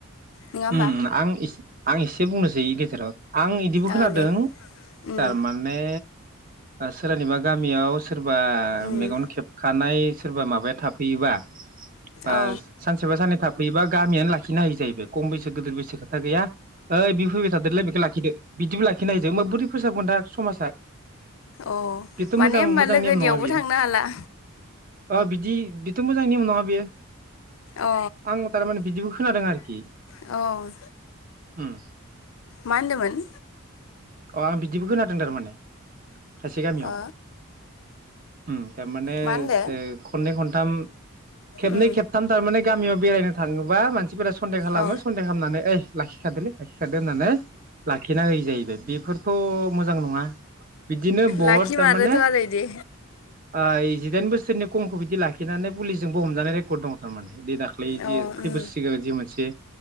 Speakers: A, on the left; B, on the right.
A: नङा होमबा
B: उम आं आं एसे बुंनोसै। सै गेजेराव आं बिदिबो खोनादों
A: ओ दे उम
B: थारमाने सोरनिबा गामियाव सोरबा
A: उम
B: मेगन खेबखानाय सोरबा माबाया थाफैयोबा बा
A: अ
B: सानसेबा साननै थाब थाफैबा गामियानो लाखिनो हायो जाहैबाय। खम बेसे गेदेर बैसो खोथा गैया। ओइ बि फैबाय थादोलै बेखौ लाखिदो बिदिबो लाखिनो हायो जों मा बोरै फोसाबगोन दा समाजा।
A: अ
B: बेथ' मोजां
A: माने होमबा
B: मोजां
A: लोगोनियावबो
B: नेम नङा बेयो
A: थांनो हाला।
B: अ बिदि बिथ' मोजांनि नियम नङा बेयो।
A: अ
B: आं थारमाने बिदिखौ खोनादों आरोखि
A: औ
B: उम
A: मा होनदोंमोन
B: अ आं बिदिबो खोनादों थारमाने खायसे गामियाव
A: ओ
B: उम थारमाने
A: मा होनदो?
B: जे खननै खन थाम खेबनै
A: उम
B: खेबथाम थारमाने गामियाव बेरायनो थाङोबा मानसिफोरा सन्देह खालामो
A: औ
B: खालामनानै इ लाखिखादोलै लाखिखादो होननानै ला खिना होयो जाहैबाय बेफोरथ' मोजां नङा बिदिनो बहुत
A: लाखिमारोथ'
B: थारमाने
A: आरो इदि
B: ओइ जिदाइन बोसोर बैसो खमखौ बिदि लाखिनानै पुलिसजोंबो हमजानाय रेकर्ड दङ थारमाने दे दाख्लै जे
A: औ
B: खैइ
A: उम
B: बोसोर सिगां जि मोनसे